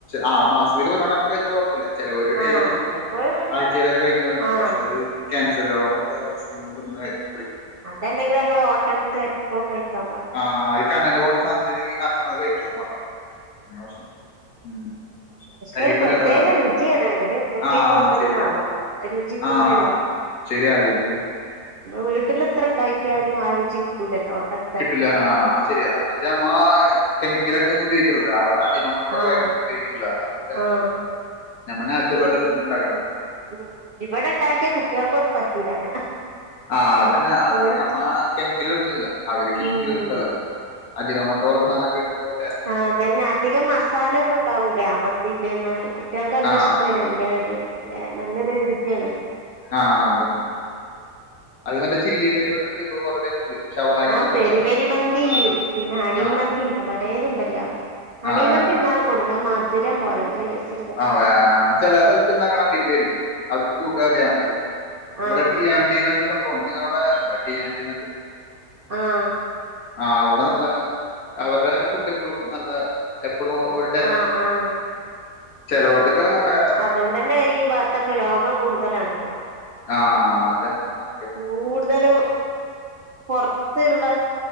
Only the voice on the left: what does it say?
ആ മാസത്തിൽ ഒരു തവണൊക്കെ കഴിച്ച. കൊഴപ്പില്ല ചിലര് ഡെയിലി
ആഴ്ചയിലൊക്കെ കഴിക്കുന്നവരുണ്ടാവും
പക്ഷെ അത്. ക്യാൻസർ രോഗം പോലത്തെ അസുഖങ്ങൾ പെട്ടെന്ന് <unintelligible>
ആ ഈ കനല് പോലെ സാധനത്തില് ഇങ്ങനെ ആക്കണത് കഴിക്കാൻ പാടില്ല <unintelligible>
കരി
പോലെ
ഉള്ളവരാ
ആഹ്
ശരിയാ
ആഹ് ശരിയാ രുചി.
കിട്ടുല്ല ആഹ് അത് ശരിയാ അത് നമ്മ കെമിക്കലായിട്ടൊന്നും ഉപയോഗിക്കിണിലല്ലോ അവിടെ അജിനാമോട്ടോ. മോട്ടോ
കാര്യങ്ങളൊക്കെ ഉപയോഗിക്ക്ണ്ലെ അതാണ് ആ ടേസ്റ്റ്
നമ്മൾ നാച്ചുറൽ
ആയിട്ടലേ ഉണ്ടാക്ക്ണത്.
ആഹ് അതന്നെ അത്
ഞമ്മ കെമിക്കൽ ഇട്ടുന്നില്ലല്ലോ അവര് കെമിക്കല്
ഇട്ണ്ടല്ലോ? അജിനോമോട്ടോ പോലത്തെ സാനൊക്കെ ഇടുമ്പൊ.
ആ
ആഹ് അതന്നെ. അത് മറ്റേ ചില്ലി ടൈപ്പ് ഒക്കെണ്ട് ഇപ്പൊ കൊറേ ടൈപ്പ് ഉണ്ട്. ഷവായി
എന്നൊക്കെ
പറഞ്ഞ സാധനം
ഉണ്ട്.
ആ
ആ
ആ, അതന്നെ ആ.
ആണലേ ചെലേ സ്ഥലത്ത് ഇണ്ടാക്കണ അടിപൊളി ആയിരിക്കും അവർക്ക് കൂട്ടറിയാൻ പറ്റും. ഇവിടെ
ടിയാന്റിന്ന് പറഞ്ഞിട്ടൊരു സംഭവണ്ട് നിങ്ങളെ അവിടെണ്ട ടിയാന്റിന്ന് പറഞ്ഞിട്ട്?
ആഹ് അവിടെ നല്ല അവരുടെ ഫുഡ് എപ്പളും നല്ല എപ്പളും ഒരു.
ചെലോട്ത്തൊക്കെ വെ
ആഹ് അതന്നെ അ